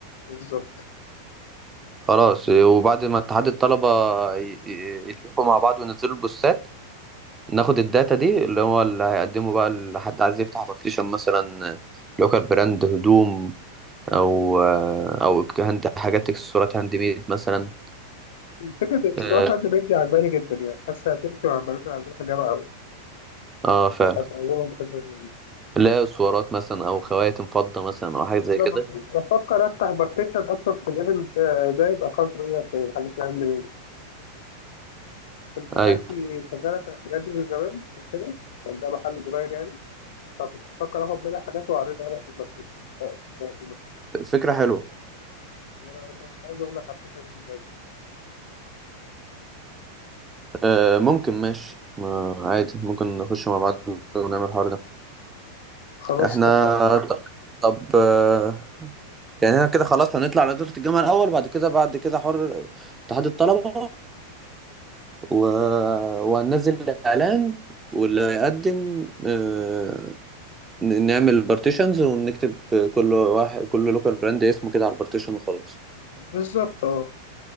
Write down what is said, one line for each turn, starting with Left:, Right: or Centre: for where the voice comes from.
Left: بالظبط
Right: خلاص وبعد ما اتحاد الطلبة ي- ي- يتفقوا مع بعض وينزلوا البوستات ناخد الداتا دي اللي هو اللي هيقدمه بقى لحد عايز يفتح بارتيشن مثلا لوكال براند هدوم او آه، او هند حاجات اكسسوارات هاند ميد مثلا
Left: فكرة التسويقات
Right: اه
Left: عند بنتي عجباني جدا يعني حاسة هتمشي مع البنات اللي عندنا في الجامعة أوي
Right: آه، فعلا
Left: هتعجبهم الفكرة دي.
Right: لا اسوارات مثلا او خواتم فضة مثلا او حاجات زي
Left: أنا
Right: كده
Left: بفكر أفتح بارتيشن أصلا في الإيفنت ده يبقى قدر إيه في الحاجات اللي عندي انت خالتي
Right: ايوه
Left: شغاله في الحاجات دي من زمان وكده كان ده محل صغير يعني فكنت بفكر اخد منها حاجات واعرضها عليها في الماركت في الماركت
Right: فكرة حلوة
Left: ايه رايك انا كنت عايز اقول لك على الفكره دي من بدري.
Right: آه ممكن ماشي ما عادي ممكن نخش مع بعض ونعمل الحوار ده
Left: خلاص
Right: احنا
Left: اتفقنا
Right: ط- طب آه يعني احنا كده خلاص هنطلع على دورة الجامعة الاول بعد كده بعد كده حر اتحاد الطلبة و... وهننزل اعلان واللي يقدم ن- نعمل بارتيشنز ونكتب كل واحد كل لوكال براند اسمه كده على البارتيشن وخلاص
Left: بالظبط اه